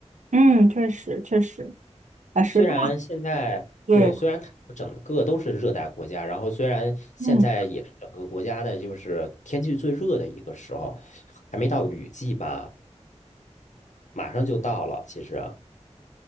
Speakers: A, on the right; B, on the left.
A: 嗯，确实确实啊，石头，
B: 虽然现在对，
A: 对，
B: 虽然它整个都是热带国家，然后虽然现在也是整个国家的就是天气最热的一个时候，
A: 嗯。
B: 还没到雨季吧，马上就到了，其实。